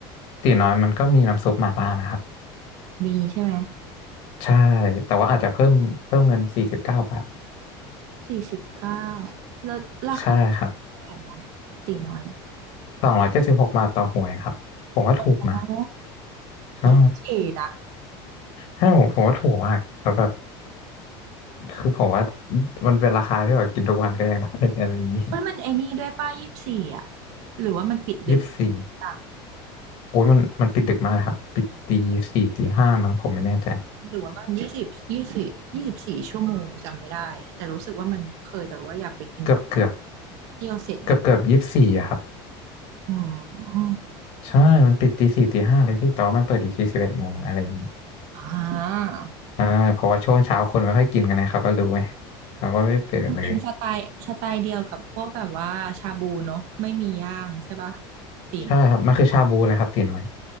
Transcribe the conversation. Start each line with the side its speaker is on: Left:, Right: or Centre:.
Left: ตี๋น้อยมันก็มีน้ำซุปมาล่านะครับ
Right: มีใช่ไหม
Left: ใช่ แต่ว่าอาจจะเพิ่มเพิ่มเงินสี่สิบเก้าบาท
Right: สี่สิบเก้าแล้วราคา
Left: ใช่ครับ
Right: เท่าไหร่คะตีน้อย
Left: สองร้อยเจ็ดสิบหกบาทต่อหวยครับผมว่าถูกนะ
Right: อ๋อ
Left: ใช่
Right: โอเคนะ
Left: ให้ผมผมว่าถูกมากแล้วแบบคือผมว่ามันเป็นราคาที่แบบกินทุกวันก็ยังได้ <laughs> อะไรอย่างนี้
Right: เอ้ยมันไอ้นี่ด้วยป้ายี่สิบสี่อ่ะหรือว่ามันปิดดึก
Left: ยี่สิบสี่
Right: อ่ะ
Left: โอ้ยมันมันปิดดึกมากนะครับปิดตีสี่ตีห้ามั้งผมไม่แน่ใจ
Right: หรือว่ามันยี่สิบยี่สิบยี่สิบสี่ชั่วโมงจำไม่ได้แต่รู้สึกว่ามันเคยแบบว่าอยากไปกินแบบ
Left: เกือบเกือบ
Right: เที่ยวเสร็จดึก
Left: เกือบเกือบยี่สิบสี่อะครับ
Right: อืม
Left: ใช่มันปิดตีสี่ตีห้าเลยพี่แต่ว่ามันเปิดอีกทีสิบเอ็ดโมงอะไรอย่างนี้
Right: อ่า
Left: ใช่เพราะว่าช่วงเช้าคนไม่ค่อยกินกันนะเขาก็รู้ไงเราก็ไม่เปิดเลย
Right: มันเป็นสไตล์สไตล์เดียวกับพวกแบบว่าชาบูเนาะไม่มีย่างใช่ปะตีเนาะ
Left: ใช่ครับมันคือชาบูเลยครับตีน้อย